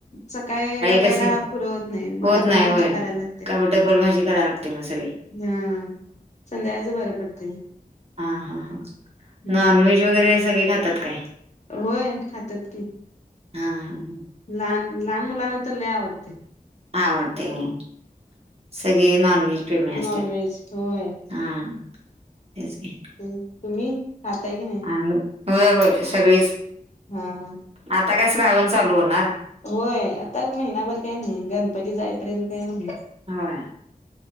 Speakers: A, on the left; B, on the right.
A: सकाळी डब्याला
B: कसे
A: पुरत नाही मग
B: होत
A: डब्बल
B: नाही
A: माझी
B: होय.
A: करायला ला
B: का डबल भाजी कराय लागते मग सगळी
A: न्य संध्याकाळचं बरं पडतय.
B: ह हा हा
A: हम्म
B: नॉन व्हेज वगैरे सगळे खातात काय?
A: होय खात्यात की
B: हां हां हं
A: लहान लहान मुलांना तर लय आवडतय.
B: आवडतय हो सगळे नॉन व्हेज प्रेमी असतात.
A: नॉन व्हेज होय
B: हा तेच की
A: मं तुम्ही खाताय की नाय.
B: आम्ही होय होय सगळीचं
A: हा हा
B: आता काय श्रावण चालू होणार.
A: होय आता महिनाभर काही नाही गणपती जायपर्यंत <unintelligible>
B: होय